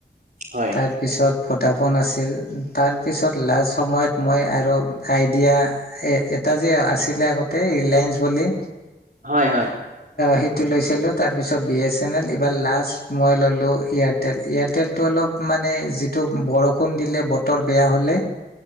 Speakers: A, on the right; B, on the left.
A: হয়
B: তাৰপিছত‌ ভোদাফোন আছিল তাৰপিছত লাষ্ট সময়ত মই আৰু আইডিয়া এটা যে আছিলে আগতে ৰিলায়েন্ঞ্চ বুলি
A: হয় হয়।
B: সেইটো লৈছিলোঁ তাৰপিছত বি এছ এন এল এইবাৰ লাষ্ট মই ল'লোঁ এয়াৰটেল এয়াৰটেলটো অলপ মানে যিটো বৰষুণ দিলে বতৰ বেয়া হ'লে